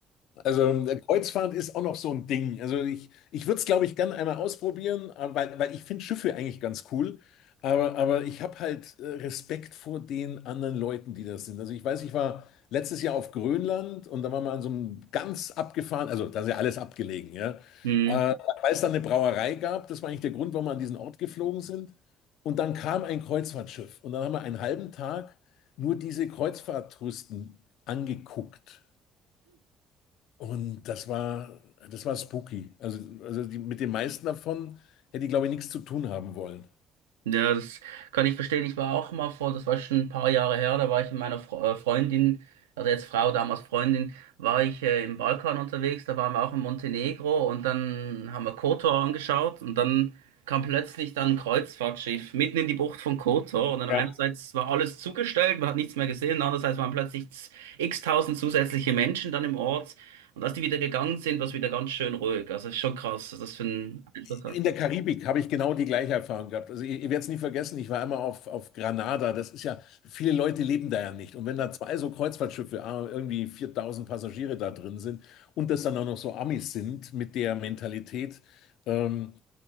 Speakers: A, on the left (about 60°); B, on the right (about 70°).
A: Also äh, Kreuzfahrt ist auch noch so ein Ding. Also ich, ich würde es, glaube ich, gern einmal ausprobieren, äh, weil, weil ich finde Schiffe eigentlich ganz cool. Aber, aber ich habe halt äh, Respekt vor den anderen Leuten, die das sind. Also ich weiß, ich war letztes Jahr auf Grönland und da waren wir an so einem ganz abgefahren, also da ist ja alles abgelegen, ja.
B: ja.
A: Weil es dann eine Brauerei gab, das war eigentlich der Grund, warum wir an diesen Ort geflogen sind. Und dann kam ein Kreuzfahrtschiff und dann haben wir einen halben Tag nur diese Kreuzfahrttouristen angeguckt. Und das war, das war spooky. Also, also die, mit den meisten davon hätte ich, glaube ich, nichts zu tun haben wollen.
B: Ja, das kann ich verstehen. Ich war auch mal vor, das war schon ein paar Jahre her, da war ich mit meiner Fre äh, Freundin, also jetzt Frau, damals Freundin, war ich äh, im Balkan unterwegs, da waren wir auch in Montenegro und dann haben wir Kotor angeschaut und dann kam plötzlich dann ein Kreuzfahrtschiff mitten in die Bucht von Kotor und dann einerseits
A: Ja.
B: war alles zugestellt, man hat nichts mehr gesehen, andererseits waren plötzlich z- x-tausend zusätzliche Menschen dann im Ort und als die wieder gegangen sind, war es wieder ganz schön ruhig. Also ist schon krass, was das für ein Einfluss
A: In der Karibik habe ich genau die gleiche Erfahrung gehabt. Also ihr, ihr werdet es nie vergessen, ich war einmal auf, auf Granada. Das ist ja, viele Leute leben da ja nicht. Und wenn da zwei so Kreuzfahrtschiffe, ah, irgendwie 4000 Passagiere da drin sind und das dann auch noch so Amis sind mit der Mentalität, ähm,